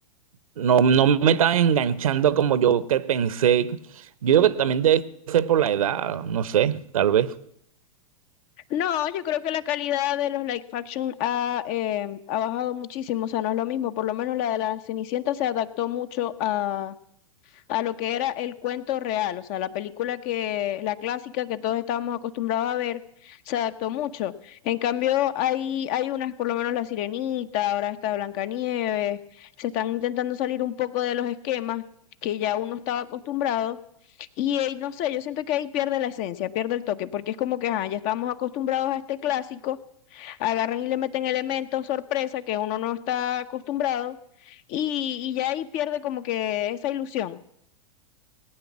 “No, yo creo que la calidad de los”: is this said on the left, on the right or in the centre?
Left